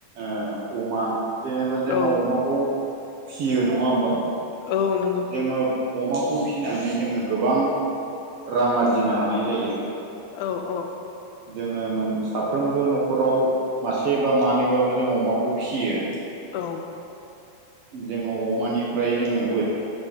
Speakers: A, on the right (about 65°); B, on the left (about 80°).
A: अमा। जेनेबा जोङो
B: औ
A: अमाखौ फिसियो नङा होमबा
B: औ नंगौ
A: जोङो? अमाखौ फिसिनानै जोङो गोबां रां आरजिनो हानाय जायो।
B: औ औ।
A: जोङो मोन साफ्रोमबो न'खराव मासे बा मानैबाबो जों अमाखौ फिसियो।
B: औ।
A: जोङो अमानिफ्राय जोङो बो।